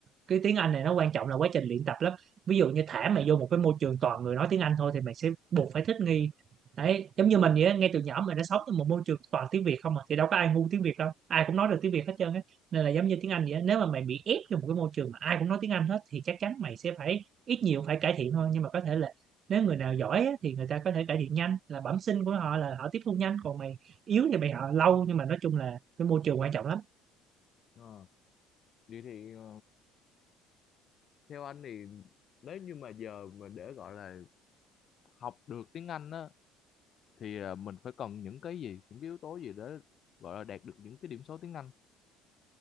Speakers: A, on the right; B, on the left.
A: cái tiếng Anh này nó quan trọng là quá trình luyện tập lắm ví dụ như thả mày vô một cái môi trường toàn người nói tiếng Anh thôi thì mày sẽ buộc phải thích nghi đấy giống như mình vậy á, ngay từ nhỏ mình đã sống trong một môi trường toàn tiếng Việt không mà thì đâu có ai ngu tiếng Việt đâu ai cũng nói được tiếng Việt hết trơn á nên là giống như tiếng Anh vậy á, nếu mà mày bị ép vô một cái môi trường mà ai cũng nói tiếng Anh hết thì chắc chắn mày sẽ phải ít nhiều phải cải thiện thôi nhưng mà có thể là nếu người nào giỏi á, thì người ta có thể cải thiện nhanh là bẩm sinh của họ là họ tiếp thu nhanh còn mày yếu thì mày họ lâu nhưng mà nói chung là cái môi trường quan trọng lắm
B: Ờ. vậy thì ờ, theo anh thì nếu như mà giờ mà để gọi là học được tiếng Anh á thì ờ, mình phải cần những cái gì những cái yếu tố gì để gọi là đạt được những cái điểm số tiếng Anh